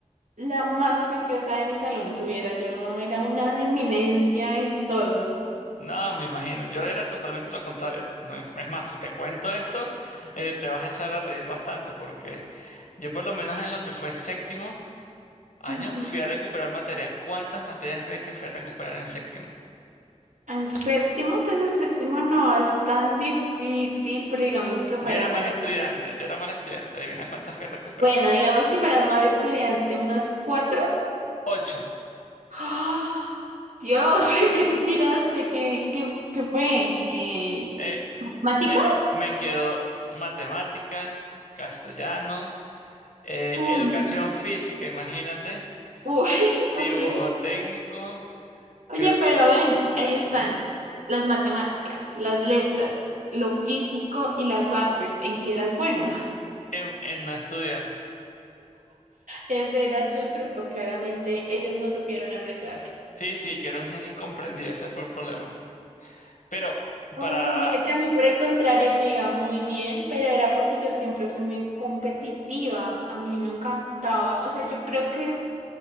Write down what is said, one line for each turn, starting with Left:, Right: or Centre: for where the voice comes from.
Right: La más juiciosa de mi salón tuviera yo, era una eminencia en todo.
Left: No, me imagino. Yo era totalmente lo contrario. No Es es más, si te cuento esto, eh, te vas a echar a reír bastante porque... Yo por lo menos en lo que fue séptimo año
Right: Ujú.
Left: fui a recuperar materias. ¿Cuántas materias crees que fui a recuperar en séptimo?
Right: En séptimo, pues en séptimo no es tan difícil, pero digamos que para
Left: Yo era
Right: salir.
Left: mal estudiante, yo era mal estudiante. Adivina cuántas fui a recuperar.
Right: Bueno, digamos que para mal estudiante, unas cuatro.
Left: Ocho.
Right: ¡Ah! Dios, <laughs> ¿qué te tiraste? ¿Qué, qué, qué fue? Eh,
Left: Eh,
Right: ¿matemáticas?
Left: me, me quedó matemática, castellano, eh,
Right: Uy,
Left: educación física, imagínate,
Right: uy, <laughs>
Left: dibujo
Right: ok.
Left: técnico,
Right: Oye,
Left: creo que
Right: pero ven, ahí están
Left: sí,
Right: las matemáticas, las letras, lo físico y las artes. ¿En qué eras bueno?
Left: en, en no estudiar.
Right: Ese era tu truco, claramente ellos no supieron apreciarlo.
Left: Sí, sí, yo era un genio incomprendido, ese fue el problema. Pero
Right: Oh,
Left: para,
Right: mira
Left: o
Right: que a mí por el contrario me iba muy bien, pero era porque yo siempre fui muy competitiva, a mí me encantaba, o sea, yo creo que